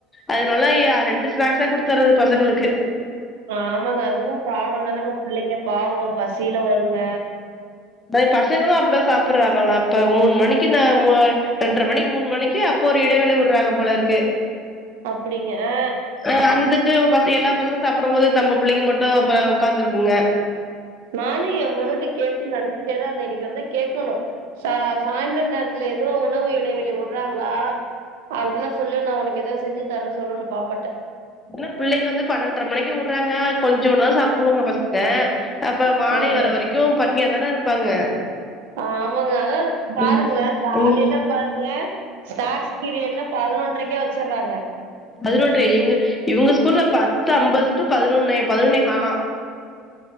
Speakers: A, on the left; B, on the right.
A: அதனாலய ரெண்டு ஸ்நாக்ஸா குடுத்தர்றது பசங்ளுக்கு
B: ஆமங்க அதுவும் பாவாந்தானங்க பிள்ளைங்க பாவோ பசில வருங்க
A: பய் பசங்களு அப்டிதா சாப்பிர்றாங்களா இப்ப மூன் மணிக்கு நா மு ரெண்ற மணிக்கு, மூன் மணிக்கு அப்போ ஒரு இடைவேள வுர்றாங்க போலருக்கு
B: அப்டிங்க அ
A: அ அந்துக்கு பச எல்லாப் பசங்க சாப்டம் மோது தம்ம பிள்ளைங்க மட்டு அப்ப உக்காந்துருக்குங்க
B: நானு எம் பொண்ணுட்ட கேக்குன் நெனச்சிட்டேதாந்தே இனைக்கு வந்தாக் கேக்கணு சா சாயந்தர நேரத்துல எதுக் றோ உணவு இடைவெளி வுர்றாங்ளா அப்டினா சொல்லு நா உனக் எதா செஞ்சி தரேனு சொல்லனு பாப்பாட்ட
A: என்ன பிள்ளைங்க வந்து பன்னெண்ர மணிக்கு வுர்றாங்க கொஞ்சூண்தா சாப்டுவாங்க பச்கே அப்ப மாலை
B: ஆமா
A: வர வரைக்கு பட்னியாதானே இருப்பாங்க
B: ஆமங்க அதாத பாருங்ளே
A: ம்
B: காலைலப்
A: ம்
B: பாருங்க ஸ்டார்ட்ஸ் பீரியட்னு பதனொன்ரைக்கே வெச்சர்றாங்க
A: பதனொன்றை எங்க இவுங்க ஸ்கூல்ல பத்து அம்பது டூ பதனொன்னே பதனொன்னேஹாலா